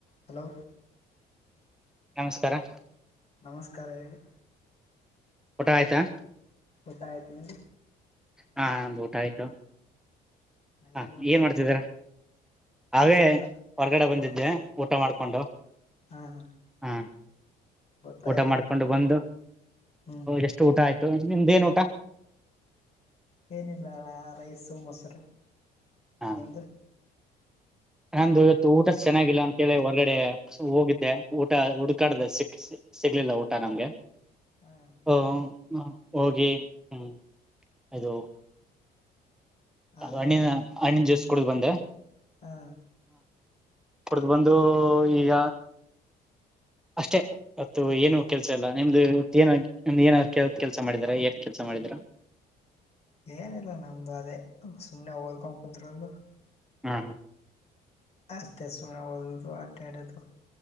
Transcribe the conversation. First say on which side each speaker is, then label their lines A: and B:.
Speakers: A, on the left (about 40°); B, in the centre.
A: Hello
B: ನಮಸ್ಕಾರ
A: ನಮಸ್ಕಾರ ಹೇಳಿ.
B: ಊಟ ಆಯ್ತಾ?
A: ಊಟ ಆಯ್ತು ನಿಮ್
B: ಹಾ ನಮ್ದು ಊಟ ಆಯ್ತು. ಹ
A: ಏನು ಮಾಡ್ತಾಯಿದ್ರಿ
B: ಏನ್ ಮಾಡ್ತಿದೀರ ಹಾಗೇ
A: ಏನಿಲ್ಲ
B: ಹೊರಗಡೆ ಬಂದಿದ್ದೆ
A: ವರ್ಕ್
B: ಊಟ ಮಾಡ್ ಕೊಂಡು
A: ಹಾಂ
B: ಹಾ
A: ಓದ್ತಾ
B: ಊಟ
A: ಇದ್ದೆ
B: ಮಾಡ್ಕೊಂಡು ಬಂದು
A: ಹ್ಞೂ
B: ಎಷ್ಟು ಊಟ ಆಯ್ತು ನಿಮ್ದೇನ್ ಊಟ?
A: ಏನಿಲ್ಲಾರ ರೈಸು ಮೊಸರು.
B: ಹ
A: ನಿಮ್ದು
B: ನಂದು ಇವತ್ತು ಊಟ ಚೆನ್ನಾಗಿಲ್ಲ ಅಂತೇಳಿ ಹೊರ್ಗಡೆ ಹೋಗಿದ್ದೆ ಊಟ ಹುಡ್ಕಾಡ್ದ ಸಿಕ್ ಸಿಗ್ಲಿಲ್ಲ ಊಟ ನಂಗೆ.
A: ಹಾಂ
B: ಹೊ ಹ ಹೋಗಿ ಹ್ಮ ಇದು
A: ಹಾಂ
B: ಅದು ಹಣ್ಣಿನ ಹಣ್ಣಿನ್ ಜ್ಯೂಸ್ ಕುಡುದ್ ಬಂದೆ
A: ಹಾ
B: ಕುಡ್ದು ಬಂದು ಈಗ ಅಷ್ಟೆ ಇವತ್ತು ಏನು ಕೆಲ್ಸ ಇಲ್ಲ ನಿಮ್ದು ಇವತ್ತು ಏನ ನಿಮ್ದ ಏನಾದ ಕೆ ಕೆಲ್ಸ ಮಾಡಿದರ ಏನ್ ಕೆಲ್ಸ ಮಾಡಿದಿರ?
A: ಏನಿಲ್ಲ ನಮ್ದು ಅದೇ ಸುಮ್ನೆ ಓದ್ಕೊನ್ ಕುಂದ್ರೋದು.
B: ಹ್ಮ
A: ಆಷ್ಟೆ ಸುಮ್ನೆ ಓದೋದು ಅಡ್ಡಾಡೋಡು